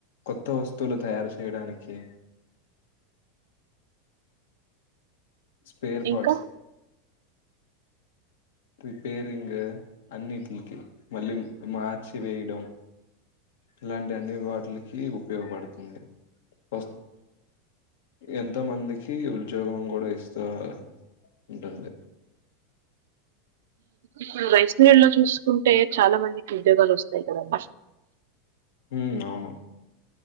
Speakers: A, on the left; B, on the right.
A: కొత్త వస్తువులు తయారు చేయడానికి స్పేయర్
B: ఇంకా
A: పార్ట్స్ రిపేరింగ్ అన్నిటికి మళ్ళీ మార్చి వేయడం ఇలాంటి అన్ని వాటిలకి ఉపయోగపడుతుంది వ ఎంతో మందికి ఉద్యోగం కూడా ఇస్తూ ఉంటుంది
B: ఇప్పుడు వైస్వేడ్ లో చూసుకుంటే చాలా మందికి ఉద్యోగాలు వస్తాయి కదమ్
A: ఉ అవును